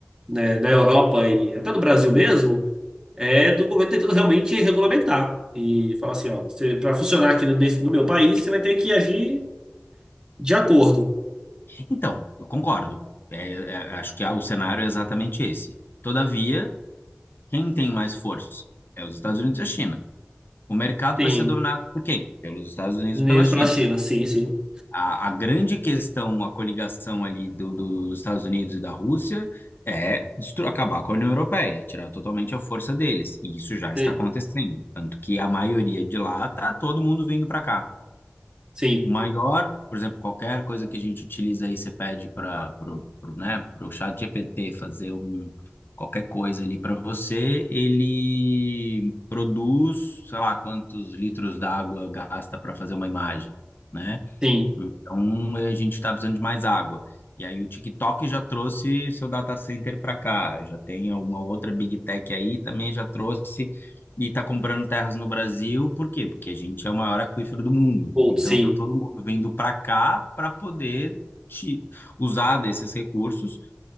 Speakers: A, on the right; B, on the left.
A: né, na Europa e até no Brasil mesmo, é do governo tentando realmente regulamentar e falar assim, ó, para funcionar aqui nesse, no meu país, você vai ter que agir de acordo.
B: Então, eu concordo. É, é, acho que há- o cenário é exatamente esse. Todavia, quem tem mais força? É os Estados Unidos e a China. O mercado
A: Sim,
B: vai ser dominado por quem? Pelos Estados Unidos
A: meninos
B: e pela China.
A: para a China, sim, sim,
B: A, a grande questão, a coligação ali do- do- dos Estados Unidos e da Rússia é destru- acabar com a União Europeia, tirar totalmente a força deles. E isso já está
A: sim,
B: acontecendo. Tanto que a maioria de lá está todo mundo vindo para cá.
A: sim,
B: O maior, por exemplo, qualquer coisa que a gente utiliza aí, você pede para pro, pro, né, pro chat GPT fazer um, qualquer coisa ali para você, ele produz, sei lá, quantos litros d'água gasta para fazer uma imagem, né?
A: sim,
B: Então, eh, a gente está precisando de mais água. E aí, o TikTok já trouxe seu data center para cá. Já tem uma outra Big Tech aí, também já trouxe e está comprando terras no Brasil. Por quê? Porque a gente é o maior aquífero do mundo.
A: outro,
B: Então,
A: sim.
B: tá todo mundo vindo para cá para poder te- usar desses recursos.